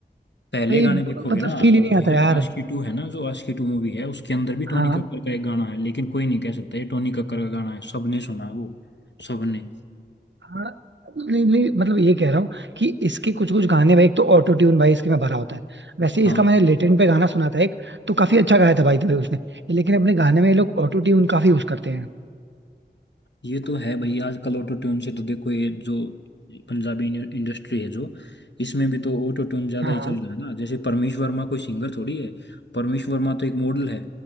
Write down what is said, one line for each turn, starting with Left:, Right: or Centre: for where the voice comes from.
Left: पहले
Right: भाई
Left: गाने
Right: मतलब
Left: देखोगे ना
Right: फील ही नहीं
Left: जो
Right: आता
Left: है
Right: यार
Left: आशिकी टू है ना जो आशिकी टू मूवी है उसके अंदर भी टोनी
Right: हाँ
Left: कक्कर का एक गाना है लेकिन कोई नहीं कह सकता ये टोनी कक्कर का गाना है सबने सुना है वो सबने
Right: हाँ नहीं, नहीं, मतलब ये कह रहा हूँ कि इसके कुछ कुछ गाने भाई एक तो ऑटो ट्यून भाई इसके में भरा होता है वैसे ही
Left: हाँ
Right: इसका मैंने लेटेंट पे गाना सुना था एक तो काफी अच्छा गाया था भाई तो उसने लेकिन अपने गाने में ये लोग ऑटो ट्यून काफी यूज करते हैं
Left: ये तो है भाई आजकल ऑटो ट्यून से तो देखो ये जो पंजाबी इंडस्ट्री है जो इसमें भी तो ऑटो ट्यून ज्यादा
Right: हाँ
Left: ही
Right: हाँ।
Left: चल रहा है ना जैसे परमेश वर्मा कोई सिंगर थोड़ी है परमेश वर्मा तो एक मॉडल है